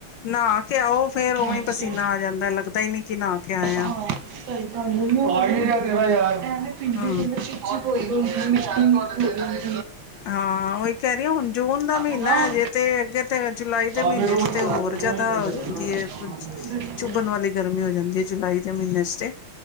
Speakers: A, on the left (about 70°); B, on the right (about 65°).
A: ਨਹਾ ਕੇ ਆਓ ਫੇਰ ਉਵੇਂ
B: ਹਾਂਜੀ
A: ਪਸੀਨਾ ਆ ਜਾਂਦਾ ਲੱਗਦਾ ਹੀ ਨੀ ਕਿ ਨਹਾ ਕੇ ਆਏ ਆ
B: ਹਾਂ ਸਹੀ ਗੱਲ ਕੀ ਆ ਤੇਰਾ ਯਾਰ ਐਵੇਂ ਪੀਂਦੇ
A: ਹਮ
B: <unintelligible> ਉੱਚੀ ਬੋਲਿਆ <inaudible>
A: ਹਾਂ ਉਹੀ ਕਹਿ ਰਹੀ ਹੁਣ ਜੂਨ ਦਾ ਮਹੀਨਾ
B: ਹਨਾ
A: ਹੈਜੇ ਤੇ ਅੱਗੇ ਤੇ ਜੁਲਾਈ ਦੇ
B: ਆ
A: ਮਹੀਨੇ
B: ਫਿਰ ਉਹ
A: ਚ
B: ਹੀ
A: ਤੇ
B: ਕਰਾਂ
A: ਹੋਰ
B: ਤੈਨੂੰ
A: ਜਿਆਦਾ
B: ਹੀ ਕਹਿੰਦਾ
A: ਹੋ ਜਾਂਦੀ
B: ਬਿਲਕੁਲ
A: ਐ ਕੁਝ
B: ਬਿਲਕੁਲ
A: ਚੁੱਭਣ ਵਾਲੀ ਗਰਮੀ ਹੋ ਜਾਂਦੀ ਐ ਜੁਲਾਈ ਦੇ ਮਹੀਨੇ ਚ